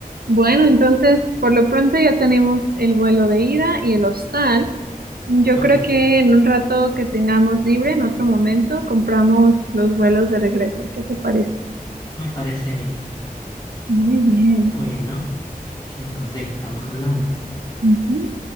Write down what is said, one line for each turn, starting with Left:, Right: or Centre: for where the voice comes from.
Right: Bueno, entonces, por lo pronto ya tenemos el vuelo de ida y el hostal. Yo
Left: Ok,
Right: creo que en un rato que tengamos libre, en otro momento, compramos los vuelos de regreso. ¿Qué te parece?
Left: me parece bien.
Right: Muy bien.
Left: Bueno, entonces estamos hablando.
Right: Ujú.